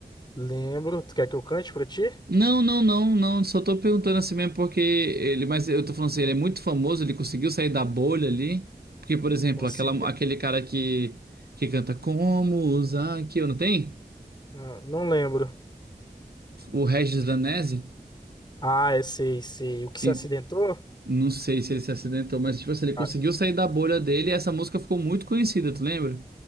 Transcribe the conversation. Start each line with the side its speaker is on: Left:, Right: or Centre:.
Left: Lembro. Tu quer que eu cante pra ti?
Right: Não, não, não, não. Só tô perguntando assim mesmo porque ele, mas eu tô falando assim, ele é muito famoso, ele conseguiu sair da bolha ali. Porque, por exemplo,
Left: Consegui.
Right: aquela, aquele cara que, que canta Como usar aqui, não tem?
Left: Ah, Não lembro.
Right: O Regis Danese.
Left: Ah, é, sei, sei. O que se
Right: E
Left: acidentou?
Right: não sei se ele se acidentou, mas tipo assim, ele
Left: Ah,
Right: conseguiu sair da bolha dele e essa música ficou muito conhecida, tu lembra?